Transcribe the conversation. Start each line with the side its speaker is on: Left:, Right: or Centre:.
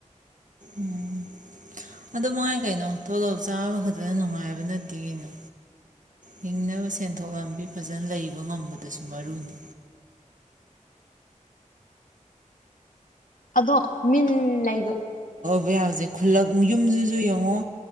Right: ꯎꯝ ꯑꯗꯨ ꯃꯅꯨꯡꯉꯥꯏ ꯀꯩꯅꯣ ꯇꯣꯂꯣꯞ ꯆꯥꯕ ꯈꯛꯇꯗ ꯅꯨꯡꯉꯥꯏꯕ ꯅꯠꯇꯦ ꯀꯩꯅꯣ ꯍꯤꯡꯅꯕ ꯁꯦꯟꯊꯣꯛ ꯂꯝꯕꯤ ꯐꯖꯅ ꯂꯩꯕ ꯉꯝꯕꯗꯁꯨ ꯃꯔꯨꯅꯤ
Left: ꯑꯗꯣ ꯃꯤꯟ ꯂꯩꯕ
Right: ꯊ ꯌꯥꯕꯁꯦ ꯈꯨꯜꯂꯛ ꯌꯨꯝꯁꯤꯁꯨ ꯌꯦꯡꯉꯣ